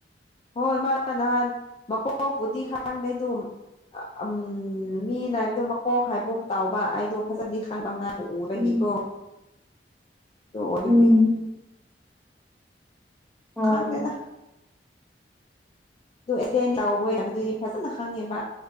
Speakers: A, on the left (about 30°); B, in the centre.
A: ꯍꯣꯏ ꯃꯥ ꯅꯍꯥꯟ ꯃꯀꯣꯛꯄꯨꯗꯤ ꯍꯥꯡꯗꯦ ꯑꯗꯨ ꯎꯝ ꯃꯤꯅ ꯍꯥꯏꯕꯗꯣ ꯃꯀꯣꯛ ꯍꯥꯏꯒꯨꯝ ꯇꯥꯎꯕ ꯑꯩꯗꯣ ꯐꯖꯅꯗꯤ ꯈꯪꯕꯥꯀ‌ꯣ ꯃꯥꯕꯨ ꯎꯕꯒꯤꯀꯣ
B: ꯎꯝ
A: ꯗꯨ ꯎꯕꯒꯤ
B: ꯎꯝ ꯑꯣ
A: ꯈꯪꯗ‌ꯦꯗ ꯑꯗꯨ ꯑꯦꯇꯦꯟ ꯇꯧꯋ‌ꯦ ꯍꯥꯏꯕꯗꯨꯒꯤ ꯐꯖꯅ ꯈꯪꯉꯦꯕ